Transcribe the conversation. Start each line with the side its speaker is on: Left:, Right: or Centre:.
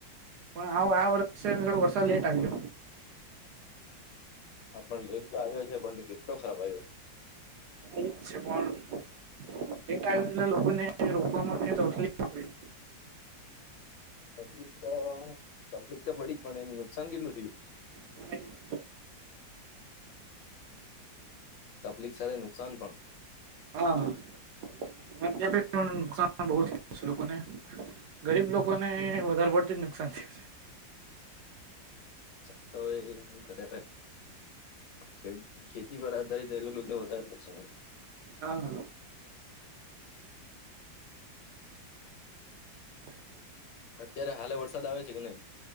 Right: પણ આવ આ વર્ષે થોડો વર્ષો લેટ આવ્યો.
Left: હા પણ લેટ તો આવ્યો છે પણ કેટલો <unintelligible>
Right: એજ છે પણ <unintelligible> ટાઈપ ના લોકોને રોકવા માટે તકલીફ પડી
Left: તકલીફ તો તકલીફ તો પડી પણ નુકસાન કેટલું થયું?
Right: <unintelligible>
Left: તકલીફ સાથે નુકસાન પણ
Right: હા અમારે ત્યાં પણ નુકસાન બહુ થયું છે લોકોને. ગરીબ લોકોને વધારે પડતું જ નુકસાન થયું છે.
Left: અચ્છા તો એ હું ખરેખર ખે ખેતી પર આધારિત એ લોકો ને વધારે નુકસાન આયુ.
Right: આ હ. <unintelligible>
Left: અત્યારે હાલે વરસાદ આવે છે <unintelligible>